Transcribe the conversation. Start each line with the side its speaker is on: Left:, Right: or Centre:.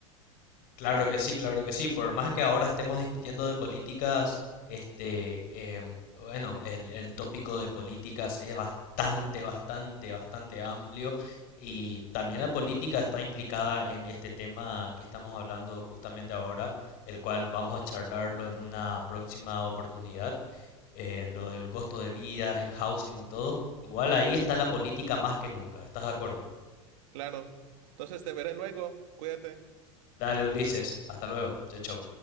Left: Claro que sí, claro que sí. Por más que ahora estemos discutiendo de políticas, este, em, bueno, el, el tópico de políticas es bastante, bastante, bastante amplio. Y también la política está implicada en este tema que estamos hablando justamente ahora, el cual vamos a charlarlo en una próxima oportunidad. eh, lo del costo de vida, el housing y todo, igual ahí está la política más que nunca. ¿Estás de acuerdo?
Right: Claro. Entonces te veré luego. Cuídate.
Left: Dale, Ulises. Hasta luego. Chau, chau.